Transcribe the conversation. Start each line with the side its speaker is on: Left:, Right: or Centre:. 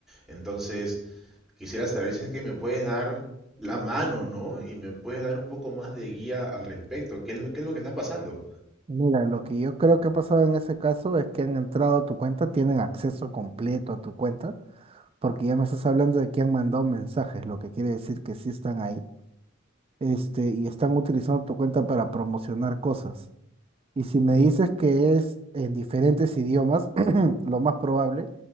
Centre: Entonces, quisiera saber si es que me puedes dar la mano, ¿no? Y me puedes dar un poco más de guía al respecto. ¿Qué es lo, qué es lo que está pasando?
Right: Mira, lo que yo creo que ha pasado en ese caso es que han entrado a tu cuenta, tienen acceso completo a tu cuenta, porque ya me estás hablando de que han mandado mensajes, lo que quiere decir que sí están ahí, este, y están utilizando tu cuenta para promocionar cosas. Y si me dices que es en diferentes idiomas, <clears throat> lo más probable